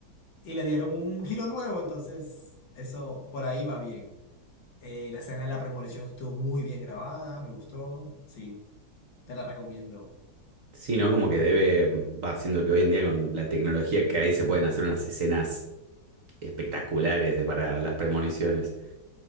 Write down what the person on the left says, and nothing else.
y le dieron un giro nuevo, entonces eso por ahí va bien. Eh, la escena de la premonición estuvo muy bien grabada, me gustó. Sí, te la recomiendo.